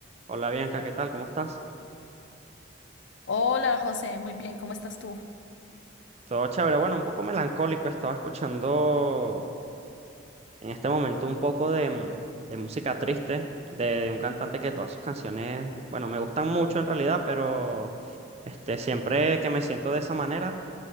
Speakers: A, on the right; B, on the left.
A: Hola Bianca, ¿qué tal? ¿Cómo estás?
B: Hola José, muy bien, ¿cómo estás tú?
A: Todo chévere. Bueno, un poco melancólico. Estaba escuchando en este momento un poco de, mm, de música triste de, de un cantante que todas sus canciones, bueno, me gustan mucho en realidad, pero este, siempre que me siento de esa manera,